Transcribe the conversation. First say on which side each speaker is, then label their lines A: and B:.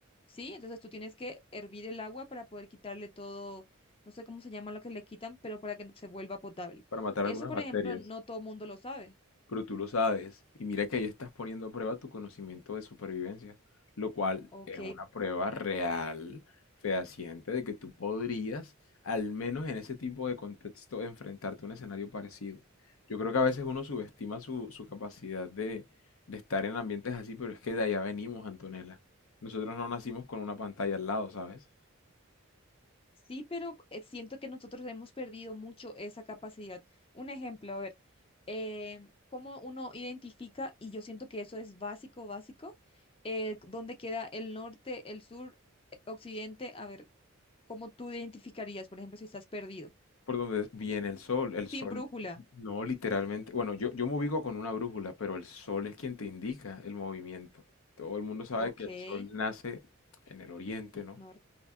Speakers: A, on the left; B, on the left.
A: ¿sí? Entonces tú tienes que hervir el agua para poder quitarle todo, no sé cómo se llama lo que le quitan, pero para que se vuelva potable.
B: Para matar
A: Eso,
B: algunas
A: por
B: bacterias.
A: ejemplo, no todo mundo lo sabe.
B: pero tú lo sabes. Y mira que ahí estás poniendo a prueba tu conocimiento de supervivencia, lo cual
A: Ok,
B: es una prueba real, fehaciente, de que tú podrías, al menos en ese tipo de contexto, enfrentarte a un escenario parecido. Yo creo que a veces uno subestima su, su capacidad de, de estar en ambientes así, pero es que de allá venimos, Antonella. Nosotros no nacimos con una pantalla al lado, ¿sabes?
A: Sí, pero eh, siento que nosotros hemos perdido mucho esa capacidad. Un ejemplo, a ver, eh, cómo uno identifica, y yo siento que eso es básico, básico, eh, dónde queda el norte, el sur, eh, occidente, a ver, cómo tú identificarías, por ejemplo, si estás perdido,
B: por donde viene el sol. El sol,
A: sin brújula,
B: no literalmente. Bueno, yo, yo me ubico con una brújula, pero el sol es quien te indica el movimiento. Todo el mundo sabe
A: ok,
B: que el
A: n-
B: sol nace en el oriente, ¿no?
A: nor-